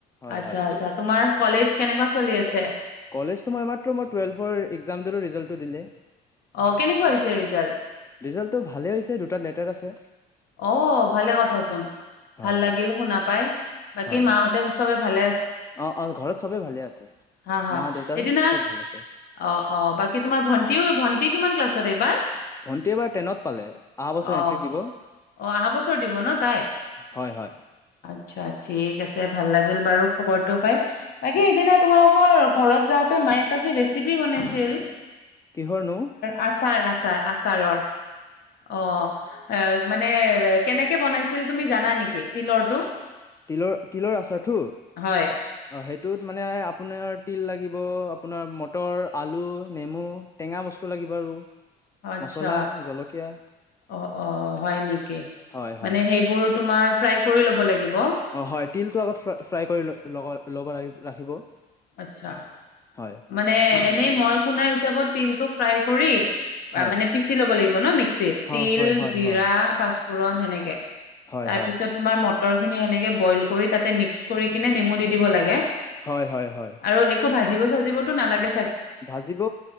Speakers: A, on the left (about 20°); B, on the left (about 65°).
A: হয়
B: আচ্ছা
A: হয়
B: আচ্ছা তোমাৰ কলেজ কেনেকুৱা চলি আছে
A: কলেজতো মই মাত্ৰ মোৰ টোৱেলভৰ এক্সামটোৰ ৰিজাল্টৰ দিলে
B: অ কেনেকুৱা হৈছে ৰিজাল্ট
A: ৰিজাল্টটো ভালেই হৈছে দুটাত লেটাৰ আছে
B: অ ভালে কথা চোন
A: হয়
B: ভাল লাগিল
A: হয়
B: শুনা পাই বাকী
A: হয়
B: মাহঁতে চবে ভালে
A: অ অ ঘৰত চবে ভালে আছে
B: হা হা
A: মা দেউতা
B: সেইদিনা
A: চব ভাল আছে
B: অ অ বাকী তোমাৰ ভণ্টিও ভন্টি কিমান ক্লাছত এইবাৰ?
A: ভণ্টি এইবাৰ টেনত পালে অহা বছৰ
B: অ
A: মেট্ৰিক দিব
B: অ অহা বছৰ দিব ন তাই
A: হয় হয়
B: আচ্ছা ঠিক আছে ভাল লাগিল বাৰু খবৰটো পাই একেই
A: হয়
B: সিদিনা তোমালোকৰ ঘৰত যাওঁতে মায়ে এটা যে ৰেচিপি বনাইছিল
A: কিহৰনো
B: আছাৰ আছা তাৰ আচাৰৰ অ অ মানে কেনেকে বনাইছিল তুমি জানা নেকি তিলৰটো
A: তিলৰ তিলৰ আচাৰটো অ
B: হয়
A: সেই সিটোত মানে আপোনাৰ তিল লাগিব আপোনাৰ মটৰ আলু নেমু টেঙা বস্তু লাগিব আৰু
B: আচ্ছা
A: মচলা জলকীয়া
B: অ অ হয় নেকি
A: হয়
B: মানে
A: হয়
B: সেইবোৰ তোমাৰ ফ্ৰাই কৰি ল'ব লাগে দিব
A: অ হয় তিলটো আগত ফ্ৰা ফ্ৰাই কৰি ল'ব লাগ ৰাখিব
B: আচ্ছা
A: হয়
B: মানে এনেই মই শুনা হিচাপত তিলটো ফ্ৰাই কৰি বা
A: হয়
B: মানে পিচি ল'ব লাগিব ন মিক্সিত
A: হয়
B: তিল
A: হয় হয়
B: জিৰা
A: হয়
B: পাঁচ পুৰণ সেনেকে
A: হয়
B: তাৰ
A: হয়
B: পিছত তোমাৰ মত মটৰ খিনি এনেকে বইল কৰি তাতে মিক্স কৰি কিনে নেমু দি দিব লাগে
A: হয় হয় হয়
B: আৰু একো ভাজিব চাজি দিবতো নালাগে
A: ভাজিব